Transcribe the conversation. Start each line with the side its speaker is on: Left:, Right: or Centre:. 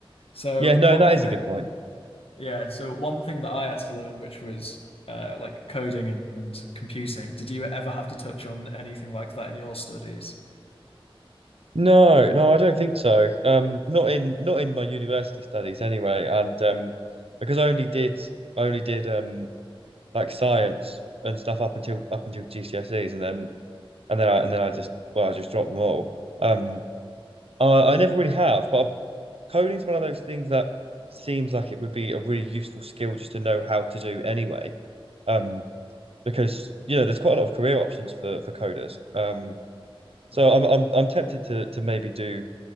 Left: so
Right: Yeah, no,
Left: one
Right: that
Left: thing
Right: is a good point.
Left: Yeah, so one thing that I had to learn, which was uh, like coding and, and computing, did you ever have to touch on anything like that in your studies?
Right: No, no, I don't think so. Um, not in not in my university studies anyway, and um, because I only did I only did um like science and stuff up until up until GCSEs, and then and then I and then I just well I just dropped them all. Um, I I never really have, but coding's one of those things that seems like it would be a really useful skill just to know how to do anyway. Um, because you know there's quite a lot of career options for for coders. Um, so
Left: Yeah.
Right: I'm I'm I'm tempted to to maybe do